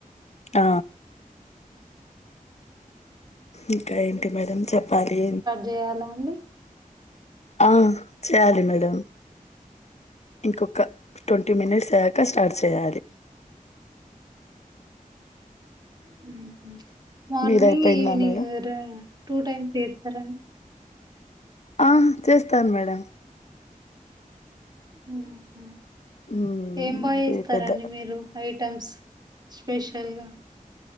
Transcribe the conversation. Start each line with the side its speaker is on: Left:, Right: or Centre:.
Left: ఆ ఇంకా ఏంటి మేడం చెప్పాలి
Right: చేయాల అండి
Left: ఆ చేయాలి మేడం ఇంకొక ట్వంటీ మినిట్స్ అయ్యాక స్టార్ట్ చేయాలి
Right: హుహ్ మార్నింగ్
Left: మీది అయిపోయిందా
Right: ఈవినింగ్
Left: మేడం
Right: టా టూ టైమ్స్ చేస్తారండీ
Left: ఆ చేస్తాను మేడం
Right: ఊహు
Left: ఉమ్
Right: ఏం బాగా చేస్తారండి
Left: ఇది పెద్ద
Right: మీరు ఐటమ్స్ స్పెషల్గా